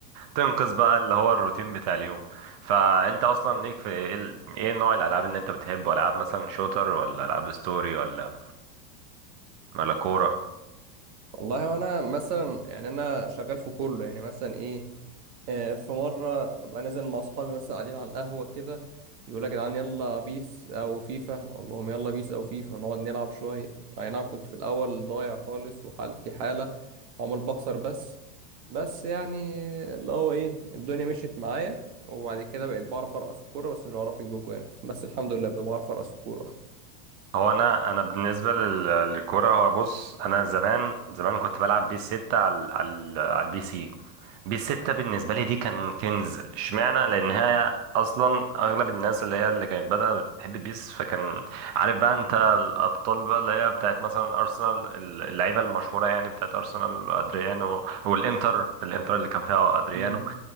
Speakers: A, on the right; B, on the right.
A: تنقذ بقى اللي هو الروتين بتاع اليوم فانت اصلا ليك في ايه ال- ايه نوع الالعاب اللي انت بتحبه العاب مثلا شوتر ولا العاب ستوري ولا ولا كورة
B: والله انا مثلا يعني انا شغال في كله يعني مثلا ايه آه، في مرة أبقى نازل مع أصحابي مثلا قاعدين على القهوة كده يقولوا يا جدعان يلا بيس أو فيفا أقول لهم يلا بيس أو فيفا نقعد نلعب شوية أي نعم كنت في الأول ضايع خالص وحالتي حالة وعمال بخسر بس بس يعني اللي هو إيه الدنيا مشيت معايا وبعد كده بقيت بعرف أرقص الكورة بس مش بعرف أجيب أجوان <laughs> بس الحمد لله بقيت بعرف أرقص الكورة
A: هو انا انا بالنسبه لل- للكوره هو بص انا زمان زمان كنت بلعب بيس 6 على على على البي سي بيس 6 بالنسبه لي دي كان كنز اشمعنى لان هي اصلا اغلب الناس اللي هي اللي كانت بدأت بتحب بيس فكان عارف بقى انت الابطال بقى اللي هي بتاعت مثلا ارسنال اللعيبه المشهوره يعني بتاعت ارسنال ادريانو والانتر الانتر اللي كان فيها ادريانو
B: امم